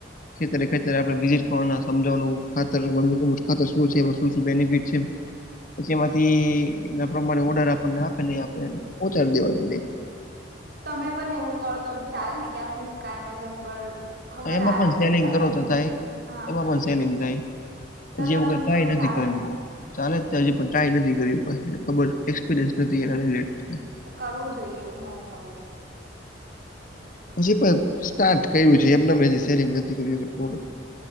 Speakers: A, on the left; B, on the right.
A: ખેતરે ખેતરે આપણે વિઝિટ કરવા સમજાવાનું ખાતર અમુક અમુક ખાતર શું છે એ વસ્તુથી શું બેનિફિટ છે. પછી એમાંથી એના પ્રમાણે ઓર્ડર આપણને આપે ને આપણે પહોંચાડી દેવાની બેગ.
B: તમે પણ એવું કરો તો બી ચાલે ને કે આ ફ્લિપકાર્ટ, એમેઝોન પર ખબર
A: એમાં
B: આવે
A: પણ સેલિંગ
B: છે એફિલિટ
A: કરો તો થાય
B: માર્કેટિંગ હા
A: <inaudible> હજી એવું કાઈ
B: તો તમે
A: ટ્રાય
B: મૂકો તો
A: નથી
B: ચાલે
A: કરેલું.
B: ને.
A: ચાલે ત્યાં હજી પણ ટ્રાય નથી કર્યું કઈ ખબર એક્સપિરિયન્સ નથી એના રિલેટેડ કઈ
B: તો કરવું જોઈએ એવું નવું નવુ
A: પછી પણ સ્ટાર્ટ કર્યું છે એમ ને એમ સેલિંગ નથી કર્યુ